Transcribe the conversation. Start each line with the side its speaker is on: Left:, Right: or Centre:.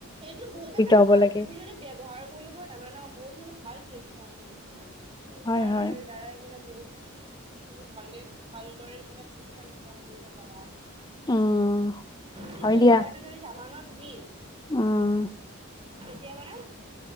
Right: এইটো বহুত এটা
Left: হ'ব
Right: ভাল
Left: লাগে।
Right: তুমি যদি ব্ৱহাৰ কৰিব জানা ন বহুত মানে ভাল প্লেটফৰ্ম হয়। মানে তুমি
Left: হয়,
Right: গাৰ
Left: হয়,
Right: দ্বাৰাই মানে বহুত ি ভালে ভালদৰে মানে পইচা ইনকাম কৰিব পাৰা
Left: উম,
Right: কিন্ত
Left: হয় দিয়া,
Right: বহাৰটো ধৰি জানা ন তুমি?
Left: উম।
Right: কেতিয়া মানে?